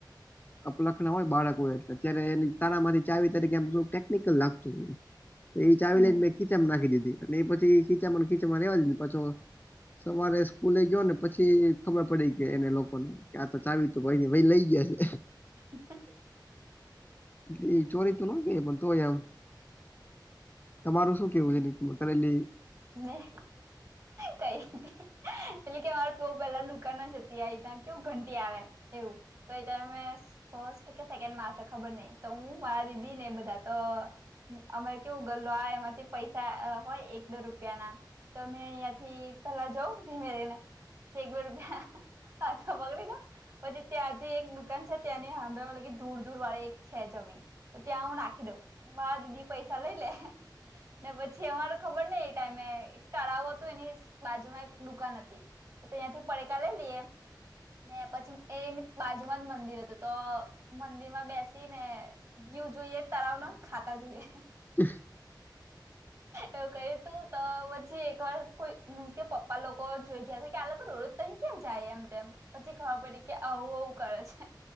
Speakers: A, on the left (about 25°); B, on the right (about 40°).
A: અપલખના હોય બાળકોએ. અત્યારે એની તાારામાંથી ચાવી તરીકે એ ટેકનિકલ લાગતું હતું. તોએ ચાવીને
B: હમ
A: ખીચ નાખી દીધી, અને એ પછી એ ખીચા ખીચામાં રેવા દી પછો- સવારે સ્કૂલે ગયો ને પછી ખબર પડી કે એને લોકોને. કે તો ચાવી તો ભાઈ લઈ ગયા છે.
B: હ <unintelligible>
A: એટલે ચોરી તોન પણ તોય એમ. તમારું શું
B: હમ
A: કેવું છે કરેલી
B: મે કંઈ નહી. એટલે કે અમારે પ પેલા નુકા ના જતી આવી ત્યા કેવું ઘંટી આવે એવું. તોએ તમે મે ફસ્ટ કે સેકન્ડમાં હસે ખબર નહીં તો હું મારા દીદી ને બધા તો અમે કેવું ગલો આ એમાં પૈસા હોય એક બે રૂપિયા ના, તમે અહિયાંથી પેલા જઉ ધીમે ધીમે. ચકબરપ હછ પકડી લો. પછી ત્યાંથી એક દુકાન છે ત્યાંની સાંભ મત કે દૂર દૂર વાળે એક છે જમીન. તો ત્યાં હું નાખી દઉં, મારા દીદી પૈસા લઈ લે. ને પછી અમારે ખબર નહિં એ ટાઈમે એક તળાવ હતું એની બાજુમાં એક દુકાન હતી. તો ત્યાંથી પડકા લઈ લઈએ. ને પછી એની બાજુમાં જ મંદિર હતું તો મંદિર માં બેસીને વ્યુ જોઈએ તળાવના ખાતા જોઈએ
A: હ
B: એવું કહ્યું તું તો પછી એક વાર કોઈ મીન્સ કે પપ્પા લોકો જોઈ ગયા છે કે આ લોકો રોજ તો અહી કેમ જાય એમ તેમ પછી ખબર પડી કે આવું આવવું કરે છે.